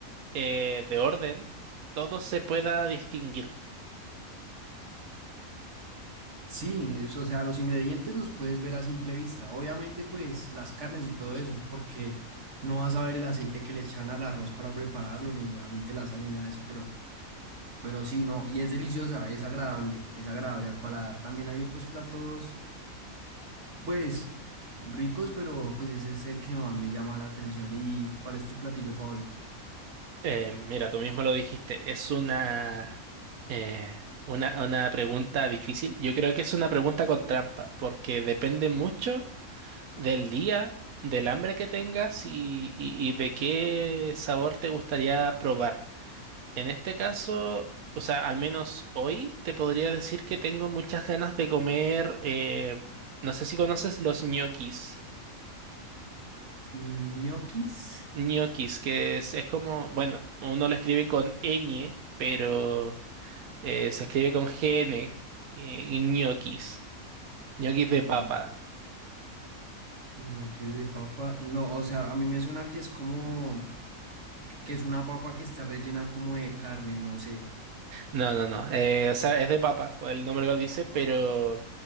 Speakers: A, on the right (about 85°); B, on the right (about 55°).
A: eh, de orden todo se pueda distinguir.
B: Sí, es- o sea, los ingredientes los puedes ver a simple vista. Obviamente, pues las carnes y todo eso, porque no vas a ver el aceite que le echan al arroz para prepararlo, ni obviamente la sal ni nada de eso, pero, pero sí, no, y es deliciosa, es agradable, es agradable al paladar. También hay otros platos, pues ricos, pero pues ese es el que más me llama la atención. ¿Y cuál es tu platillo favorito?
A: Eh, mira, tú mismo lo dijiste, es una, eh, una, una pregunta difícil. Yo creo que es una pregunta con trampa, porque depende mucho del día, del hambre que tengas y, y- y de qué sabor te gustaría probar. En este caso, o sea, al menos hoy te podría decir que tengo muchas ganas de comer, eh, no sé si conoces los ñoquis.
B: Mm, Ñoquis.
A: ñoquis, que es, es como, bueno, uno lo escribe con ñ, pero... Eh, se escribe con GN eh, y ñoquis. ñoquis de
B: Ñoquis.
A: papa.
B: Ñoquis de papa. No, o sea, a mí me suena que es como, que que es una papa que está rellena como de carne, no sé.
A: No, no, no. Eh, o sea, es de papa, pues el nombre lo dice, pero